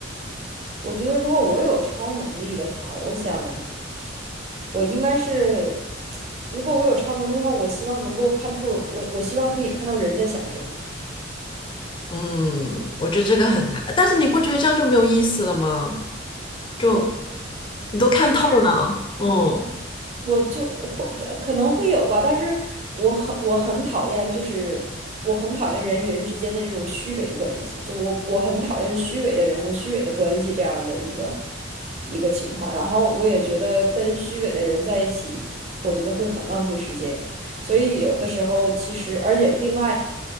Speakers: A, on the right; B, on the left.
A: 我觉得如果我有超能力的话，我想我应该是，如果我有超能力的话，我希望能够看透，我我希望可以看到人在想什么。
B: 嗯，我觉得这个很难，
A: 嗯，
B: 但是你不觉得这样就没有意思了吗？就
A: 我
B: 你都看透了，
A: 就是。
B: 嗯。
A: 我就会呃可能会有吧，但是我很我很讨厌，就是我很讨厌人与人之间的这种虚伪的关系，就是我我很讨厌虚伪的人和虚伪的关系这样的一个一个情况。然后我也觉得跟虚伪的人在一起，我觉得会很浪费时间。所以有的时候其实，而且另外，